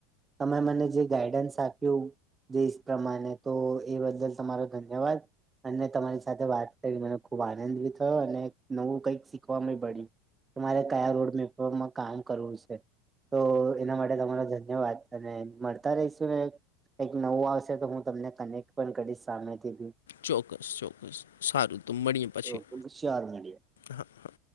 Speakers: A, on the right; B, on the left.
A: તમે મને જે ગાઈડન્સ આપ્યું. દેશ પ્રમાણે તો એ બદલ તમારો ધન્યવાદ. અને તમારી સાથે વાત કરી મને ખુબ આનંદ ભી થયો અને નવું કઈક શીખવા મી મળ્યુ. તમારે કયા રોડ મેપમાં કામ કરવું સે? તો એના માટે તમારો ધન્યવાદ અને મળતા રહીશું ને? કઈક નવું આવશે તો હું તમને કનેક્ટ પણ કરીશ સામેથી ભી.
B: ચોક્કસ ચોક્કસ સારું તો મળીએ પછી.
A: ઓકે શ્યોર મળીએ
B: હા. હા.